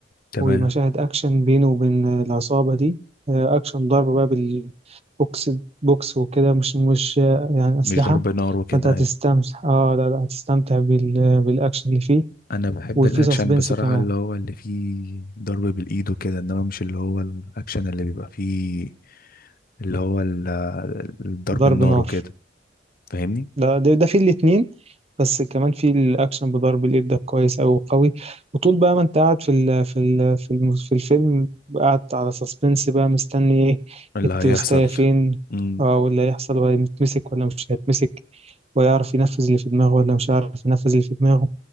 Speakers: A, on the left (about 50°); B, on the right (about 35°).
A: تمام
B: ومشاهد أكشن بينه وبين العصابة دي آه، أكشن ضرب بقى بالبوكس بوكس وكده مش مش آه، يعني أسلحة
A: مش ضرب نار وكده
B: فأنت هتستمتع
A: ايوه
B: آه لا لا هتستمتع بال... بالأكشن اللي فيه
A: انا بحب
B: وفي
A: الاكشن
B: سسبنس
A: بصراحة
B: كمان
A: اللي هو اللي فيه ضرب بالايد وكده انما مش اللي هو الاكشن اللي بيبقى فيه اللي هو ال- الضرب
B: ضرب
A: النار
B: نار
A: وكده فاهمني
B: ده ده, ده في الاتنين بس كمان في الأكشن بضرب اليد ده كويس أوي قوي وطول بقى ما أنت قاعد في ال... في ال... في, الم... في الفيلم قاعد على سسبنس بقى مستني إيه
A: اللي
B: التوستاية
A: هيحصل
B: فين
A: مم.
B: آه واللي هيحصل وهيتمسك ولا مش هيتمسك ويعرف ينفذ اللي في دماغه ولا مش عارف ينفذ اللي في دماغه